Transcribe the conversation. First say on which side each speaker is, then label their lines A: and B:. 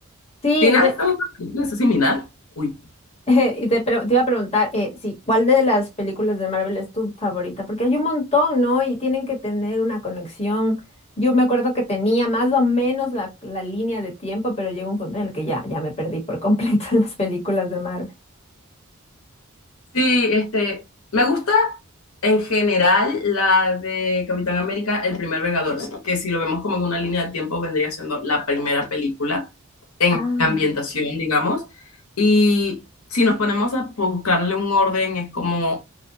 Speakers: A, on the left; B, on the left.
A: Sí,
B: ¿Tienes alguna película así similar? Uy.
A: <laughs> Y te, pre- te iba a preguntar, eh, sí, ¿cuál de las películas de Marvel es tu favorita? Porque hay un montón, ¿no? Y tienen que tener una conexión. Yo me acuerdo que tenía más o menos la, la línea de tiempo, pero llegó un punto en el que ya, ya me perdí por completo <laughs> en las películas de Marvel.
B: Sí, este, me gusta en general la de Capitán América, El primer Vengador, sí, que si lo vemos como en una línea de tiempo vendría siendo la primera película en
A: Ah,
B: ambientación, digamos. Y si nos ponemos a buscarle un orden, es como,